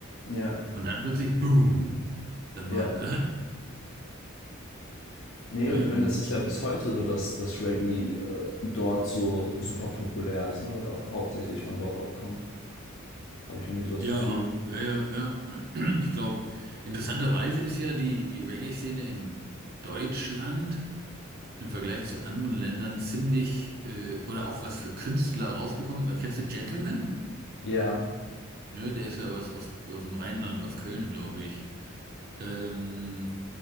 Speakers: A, on the left; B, on the right.
A: Ja.
B: Und dann plötzlich, boom, dann
A: Ja.
B: waren,
A: Nee,
B: <laughs> ähm,
A: und ich meine, das ist ja bis heute so, dass das Reggae äh, dort so super populär ist, ne? Oder hauptsächlich von dort auch kommt. Habe ich irgendwie so das
B: Ja,
A: Gefühl.
B: ja, ja, ja. <clears throat> Ich glaube, interessanterweise ist ja die, die Reggae-Szene in Deutschland im Vergleich zu anderen Ländern ziemlich, äh, oder auch was für Künstler rausgekommen ist. Weil, kennst du Gentleman?
A: Ja,
B: Ne, der ist ja was aus, aus dem Rheinland, aus Köln, glaube ich. Ähm,